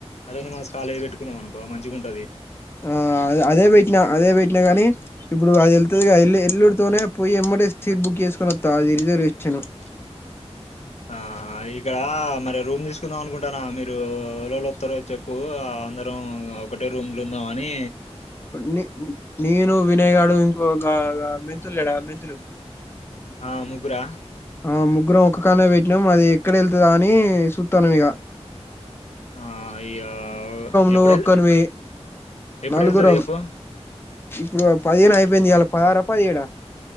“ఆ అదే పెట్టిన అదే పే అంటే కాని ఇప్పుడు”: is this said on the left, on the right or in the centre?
Left